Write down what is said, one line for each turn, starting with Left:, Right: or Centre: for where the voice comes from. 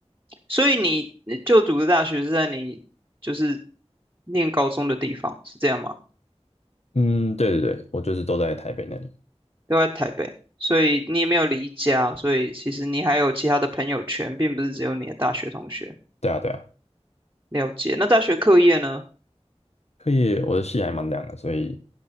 Right: 所以你你就读的大学是在你就是念高中的地方，是这样吗？
Left: 嗯，对对对，我就是都在台北那里。
Right: 都在台北，所以你也没有离家，所以其实你还有其他的朋友圈，并不是只有你的大学同学。
Left: 对啊对啊，
Right: 了解。那大学课业呢？
Left: 可以，我的戏还蛮凉的，所以